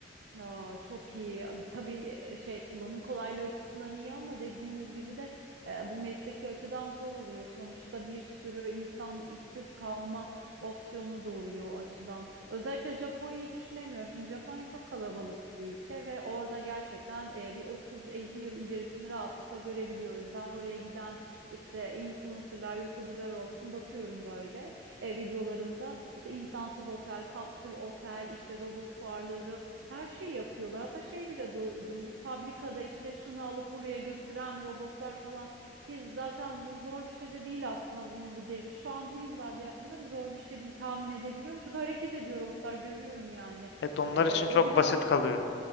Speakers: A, on the right; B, on the left.
A: Aa, çok iyi. Abi, Tabii e, şey kullanım kolaylığı açısından iyi ama dediğiniz gibi de e, bu mesleki açıdan zor oluyor. Sonuçta bir sürü insan işsiz kalma opsiyonu doğuyor o açıdan. Özellikle Japonya'yı düşünemiyorum. Şimdi Japonya çok kalabalık bir ülke ve orada gerçekten e, bir 30-50 yıl ilerisini rahatlıkla görebiliyoruz. Ben oraya giden işte influencerlar, YouTuber'lar olsun bakıyorum böyle e, videolarında işte insansız otel, kapsül otel, işte robot fuarları her şeyi yapıyorlar. Hatta şey bile duydum. Bu fabrikada işte şunu alıp buraya götüren robotlar falan ki zaten bu zor bir şey de değil aslında bunu bu devir. Şu an bu yıllarda yapmaları zor bir şey değil tahmin edebiliyorum. Çünkü hareket ediyor robotlar görüyorum yani.
B: Evet onlar
A: Ee,
B: için
A: o
B: çok
A: bile
B: basit
A: aslında.
B: kalıyor.